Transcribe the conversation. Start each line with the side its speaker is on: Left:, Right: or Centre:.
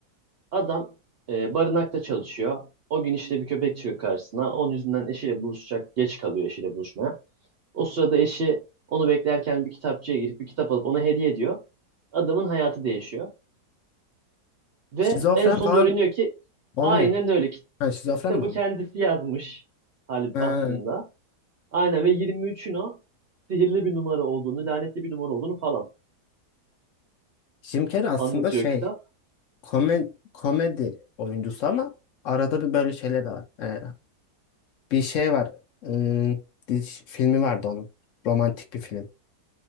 Right: Adam e, barınakta çalışıyor. O gün işte bir köpek çıkıyor karşısına. Onun yüzünden eşiyle buluşacak. Geç kalıyor eşiyle buluşmaya. O sırada eşi onu beklerken bir kitapçıya girip bir kitap alıp ona hediye ediyor. Adamın hayatı değişiyor. Ve
Left: Şizofren
Right: en sonunda
Left: falan
Right: öğreniyor ki
Left: olmuyor.
Right: aynen öyle. Ki-
Left: Ha, şizofren
Right: Kitabı
Left: mi oldu?
Right: kendisi yazmış Halip
Left: Ha,
Right: aslında. Aynen ve 23'ün o sihirli bir numara olduğunu, lanetli bir numara olduğunu falan
Left: Jim Carrey aslında
Right: anlatıyor
Left: şey
Right: kitap.
Left: komedi, komedi oyuncusu ama arada bir böyle şeyler de var. Ee, bir şey var. Ee, dizi- filmi vardı onun. Romantik bir film.